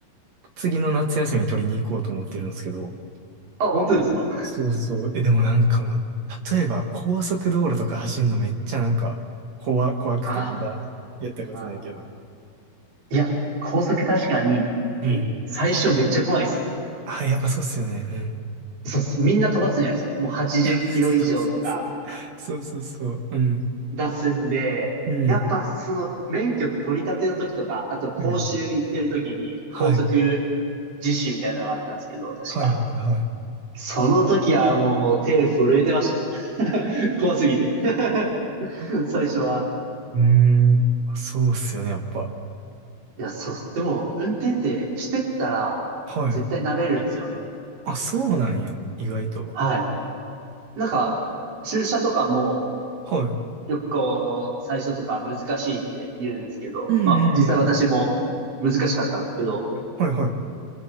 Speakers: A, on the right; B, on the right.
A: 次の夏休み取りに行こうと思ってるんですけど、
B: あ、本当ですか
A: そうそう。え、でもなんかもう、例えば高速道路とか走るのめっちゃなんか、怖、怖くてまだやったことないけど。
B: あーいや、高速確かに
A: うん。
B: 最初めっちゃ怖いです。
A: あ、やっぱそうっすよね。うん。
B: そうっす。みんな飛ばすじゃないですか。もう80キロ以上とか
A: いや、そうそうそう。そうそうそう。うん。
B: 出すんで、
A: うん。
B: やっぱその免許取り立ての時とか、あと講習行ってる時に高速
A: うん。はい。
B: 実習みたいなのがあったんですけど、確か。
A: はいはいはい。
B: その時はもう手震えてましたよ。<laughs> 怖すぎて
A: う
B: <laughs> 最初は。
A: ん。うーんあそうっすよね、やっぱ。
B: いや、そう、でも、運転ってしてったら、
A: はい。
B: 絶対慣れるんですよね。
A: あ、そうなんや。意外と。
B: はい。なんか、駐車とかも、
A: はい。
B: よくこう、最初とか難しいって言うんですけど、
A: うんうんうん。
B: まあ、実際私も難しかったんですけど、
A: はいはい。